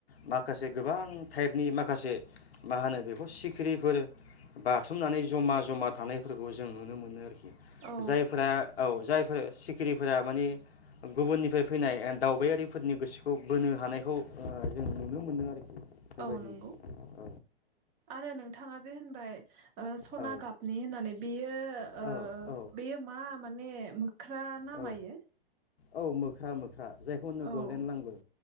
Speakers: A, on the left (about 85°); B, on the right (about 25°).
A: माखासे गोबां टाइपनि माखासे माखासे मा होनो बेखौ सिखिरिफोर बाथुमनानै जमा जमा थानाय फोरखौ जों नुनो मोनो आरोखि
B: औ
A: जायफोरा औ जाय सिखिरिफोरा माने गुबुननिफ्राय फैनाय ओ दावबायारि फोरनि गोसोखौ बोनो हानायखौ ओ जों नुनो मोनदों आरोखि। बेबायदि
B: औ नंगौ
A: औ
B: आरो नोंथाङा जे होनबाय ओ सना
A: औ
B: गाबनि होननानै बियो ओ
A: औ औ
B: बेयो मा? माने मोख ख्रा ना
A: औ
B: मायो?
A: औ मोख्रा मोख ख्रा जायखौ होननो
B: औ
A: गलडेन लांगुर